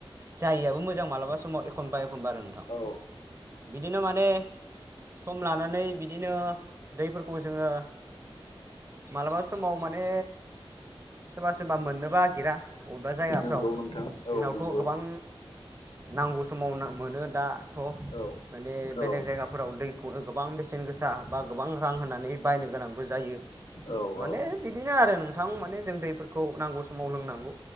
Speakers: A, on the right; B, on the left.
A: जाययाबो मोजां मालाबा समाव एखनबा एखनबा आरो नोंथां
B: औ
A: बिदिनो माने सम लानानै बिदिनो दैफोरखौ जोङो मालाबा समाव माने सोरबा सोरबा मोननोबो नगिरा एा जायगाफ्राव
B: नंगौ नोंथां
A: जोंनावथ'
B: औ नंगौ
A: गोबां नांगौ समाव मोनो दाथ'
B: औ
A: माने
B: औ
A: बेलेग जायगाफोराव दै खौनो गोबां बेसेन गोसा बा गोबां रां होनानै बायनो गोनांबो जायो
B: औ
A: माने बिदिनो आरो नोंथां माने जों दैफोरखौ नांगौ समाव लोंनांगौ